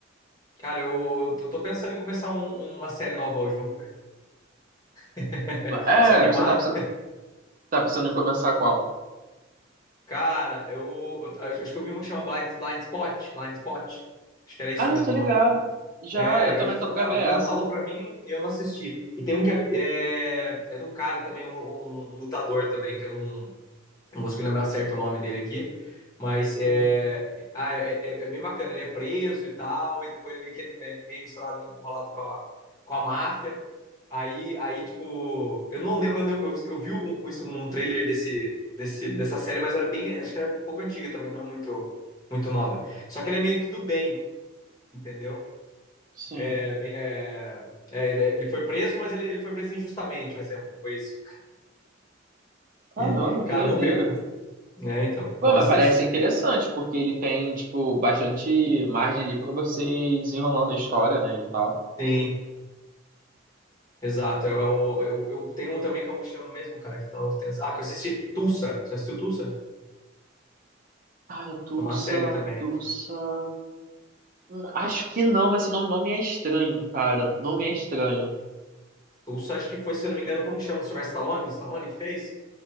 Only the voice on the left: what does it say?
Cara, eu tô, tô pensando em começar um- uma série nova hoje, vamos ver. <laughs>
Se animar,
cara, eu, eu acho acho que eu vi um que chama Blind, Blind Spot, Blind Spot. Acho que era isso
mesmo
o
nome.
É,
eu- eu-
a
Bruna
falou pra mim e eu não assisti. E tem um que é, é, é de um cara também, um, um lutador também, que eu não, não consegui lembrar certo o nome dele aqui, mas é,
ah, é, é, é bem bacana. Ele é preso e tal, e depois ele meio que é meio misturado, enrolado com a, com a máfia. Aí, aí, tipo, eu não lembro, eu, lembro, eu, eu vi um, um um trailer desse, desse, dessa série, mas era bem, acho que era um pouco antiga também, não é muito, muito nova. Só que ele é meio que do bem, entendeu?
É, bem, é, é, ele, foi preso, mas ele, ele foi preso injustamente, um exemplo, foi isso.
Ele, cara,
vamos ver. É, então, mostra
esse,
assim, Exato. Eu, eu, eu, eu tenho um também que é um que chama mesmo, cara, que eu tava pensando. Ah, que eu assisti Tulsa. Você assistiu Tulsa?
É uma série também.
Tulsa, acho que foi, se eu não me engano, como que chama? O Sylvester Stallone? Stallone que fez?